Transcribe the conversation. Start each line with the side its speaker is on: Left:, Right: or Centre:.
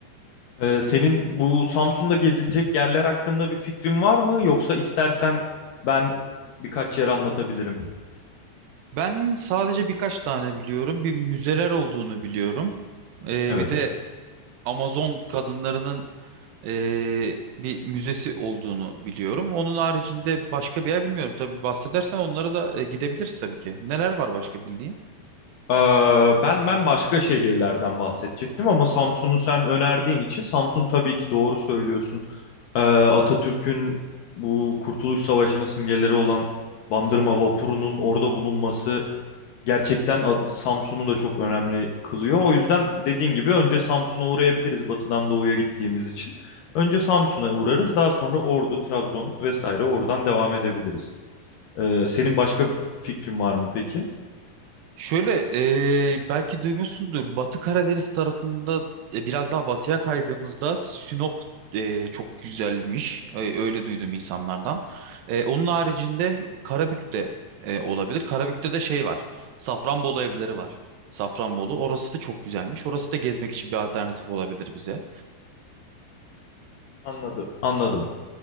Left: ee, senin bu Samsun'da gezilecek yerler hakkında bir fikrin var mı? Yoksa istersen ben birkaç yer anlatabilirim.
Right: Ben sadece birkaç tane biliyorum. Bir müzeler olduğunu biliyorum. Eee,
Left: Evet.
Right: bir de Amazon kadınlarının eee, bir müzesi olduğunu biliyorum. Onun haricinde başka bir yer bilmiyorum. Tabii bahsedersen onlara da e, gidebiliriz tabii ki. Neler var başka bildiğin?
Left: Ee, ben ben başka şehirlerden bahsedecektim ama Samsun'u sen önerdiğin için Samsun tabii ki doğru söylüyorsun. Ee, Atatürk'ün bu Kurtuluş Savaşı'nın simgeleri olan Bandırma vapurunun orada bulunması gerçekten A- Samsun'u da çok önemli kılıyor. O yüzden dediğin gibi önce Samsun'a uğrayabiliriz batıdan doğuya gittiğimiz için. Önce Samsun'a uğrarız daha sonra Ordu, Trabzon vesaire oradan devam edebiliriz. Ee, senin başka bir fikrin var mı peki?
Right: Şöyle eee, belki duymuşsundur. Batı Karadeniz tarafında e, biraz daha batıya kaydığımızda Sinop e, çok güzelmiş. E, öyle duydum insanlardan. E, onun haricinde Karabük de e, olabilir. Karabük'te de şey var. Safranbolu evleri var. Safranbolu. Orası da çok güzelmiş. Orası da gezmek için bir alternatif olabilir bize.
Left: Anladım. Anladım.